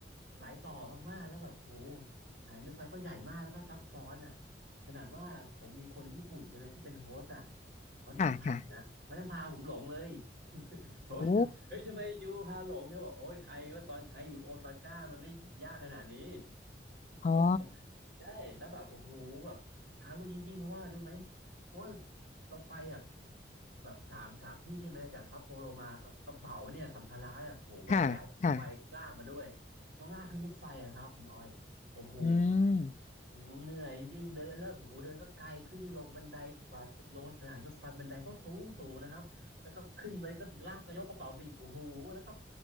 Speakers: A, on the right (about 70°); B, on the left (about 40°).
A: หลายต่อมากๆแล้วแบบโหหายรถไฟเขาใหญ่มากแล้วก็ซับซ้อนอ่ะขนาดว่าผมมีคนญี่ปุ่นใช่ไหมที่เป็นโฮสต์อ่ะเขานำทางนะเขายังพาผมหลงเลย
B: ค่ะค่ะ
A: <laughs> ผมถามเฮ้ยทำไมอยู่พาหลงเนี่ยบอกโอ้ยไอก็ตอนไออยู่โอซาก้ามันไม่ยากขนาดนี้
B: โอ้
A: <laughs> เขาบอก
B: อ๋อ
A: ได้แล้วแบบโอ้โหแบบท้ารู้จริงๆเพราะว่ารู้ไหมเพราะว่าเราไปแบบแบบสามสามที่ใช่ไหมจากซัปโปโรมาก็กระเป๋าเนี่ยสัมภาระแบบโหใบใหญ่ใบลากมาด้วย
B: ค่ะค่ะ
A: ต้องลากขึ้นรถไฟอะครับคุณอ้อยโอ้โห
B: อืม
A: เหนื่อยจริงๆเดินแล้วโอ้โหเดินก็ไกลขึ้นลงบันไดกว่าเป็นลงสถานีรถไฟบันไดก็สูงสูงนะครับแล้วก็ขึ้นไปก็ลากก็ยกกระเป๋าไปอีกโอ้โหแล้วก็